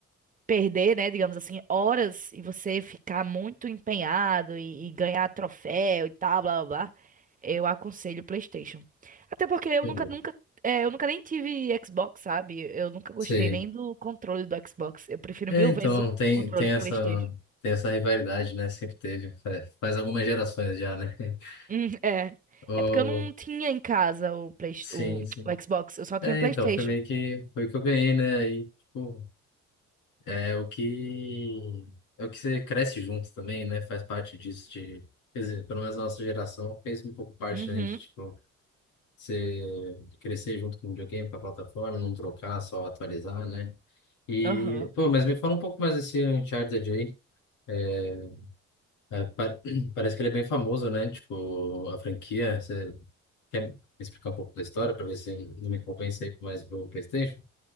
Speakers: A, on the right; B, on the left.
A: perder, né, digamos assim, horas e você ficar muito empenhado e, e ganhar troféu e tal, blá blá blá, eu aconselho o PlayStation. Até porque eu
B: Entendi.
A: nunca, nunca, é, eu nunca nem tive Xbox, sabe? Eu nunca gostei
B: Sim.
A: nem do controle do Xbox. Eu prefiro
B: É,
A: mil
B: então,
A: vezes o
B: tem,
A: controle
B: tem
A: do
B: essa,
A: PlayStation.
B: tem essa rivalidade, né? Sempre teve. Fa- Faz algumas gerações já, né? <laughs>
A: Hum, é.
B: Oh,
A: É porque eu não tinha em casa o, Play,
B: sim,
A: o,
B: sim.
A: o Xbox, eu só
B: É,
A: tinha PlayStation.
B: então, foi meio que, foi o que eu ganhei, né? Aí, tipo, É o que é o que você cresce junto também, né? Faz parte disso de, quer dizer, pelo menos a nossa geração fez um pouco parte,
A: Uhum,
B: né, de tipo você crescer junto com o videogame, com a plataforma, não trocar, só atualizar, né? E,
A: aham,
B: pô, mas me fala um pouco mais desse Uncharted aí. É, é, pa- <clears throat> parece que ele é bem famoso, né? Tipo, a franquia, você quer me explicar um pouco da história para ver se não me convence aí com mais o PlayStation?